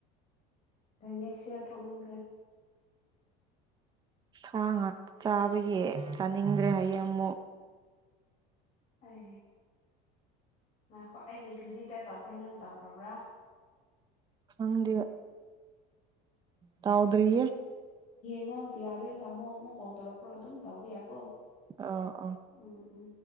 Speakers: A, on the left (about 35°); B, on the right (about 20°).
A: ꯑꯩ ꯅꯦꯛꯁ ꯏꯌꯥꯔ ꯊꯣꯛꯅꯤꯡꯈ꯭ꯔꯦ
B: ꯐ ꯉꯥꯛ ꯆꯥꯕꯒꯤ ꯅꯤꯡꯗ꯭ꯔꯦ ꯑꯌꯦꯃꯣ
A: ꯑꯦ ꯉꯥꯏꯈꯣ ꯑꯩꯒꯤ ꯀ꯭ꯔꯤꯗꯤꯠꯇ ꯇꯧꯈ꯭ꯔꯦ ꯅꯪ ꯇꯧꯈ꯭ꯔꯕ꯭ꯔꯥ
B: ꯈꯪꯗꯤ ꯇꯥꯎꯗ꯭ꯔꯤ
A: ꯉꯣ ꯌꯥꯔꯦ ꯊꯝꯃꯣ ꯑꯃꯨꯛ ꯀꯣꯜ ꯇꯧꯔꯛꯈ꯭ꯔꯣ ꯑꯗꯨꯝ ꯇꯧꯕ ꯌꯥꯀꯣ
B: ꯑꯥ ꯑꯥ
A: ꯎꯝ ꯎꯝ